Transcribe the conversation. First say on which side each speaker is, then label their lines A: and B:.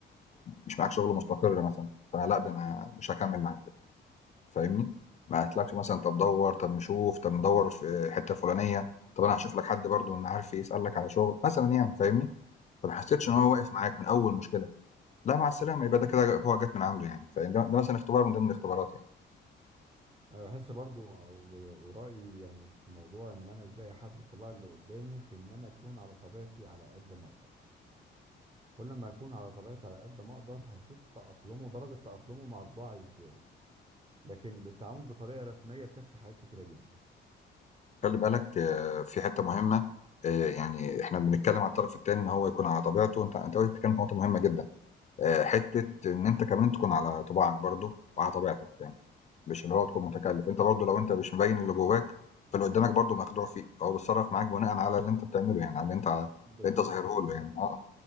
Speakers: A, on the left; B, on the right.
A: مش معاك شغل مستقر مثلا فلا ده انا مش هكمل معاك فاهمني ما قالتلكش مثلا طب دور طب نشوف طب ندور في الحته الفلانيه طب انا هشوف لك حد برضو من معارفي يسالك على شغل مثلا يعني فاهمني فما حسيتش
B: تمام
A: ان هو واقف معاك من اول مشكله لا مع السلامة يبقى ده كده هو جات من عنده يعني، فده ده مثلًا اختبار من ضمن الاختبارات يعني.
B: انا بحس برضو و- ورأيي يعني في الموضوع ان انا ازاي احدد الطبيعة اللي قدامي في ان انا اكون على طبيعتي على قد ما اقدر كل ما اكون على طبيعتي على قد ما اقدر هشوف تأقلمه درجة تأقلمه مع طباعي ازاي لكن التعامل بطريقة رسمية بتخفي حاجات كتيرة جدا
A: خلّي بالك آآ في حتّة مهمة آآ يعني إحنا بنتكلّم عن الطرف التاني إن هو يكون على طبيعته وأنت أنت وارد بتتكلّم في نقطة مهمة جدًا، آآ حتّة إن أنت كمان تكون على طباعك برضه وعلى طبيعتك يعني، مش اللي هو تكون متكلّف، أنت برضه لو أنت مش مبيّن اللي جواك فاللي قدّامك برضه مخدوع فيك، فهو بيتصرّف معاك بناءً على اللي أنت بتعمله يعني، على اللي أنت ع اللي
B: بالظبط
A: أنت ظاهره
B: بالظبط
A: له يعني، آه.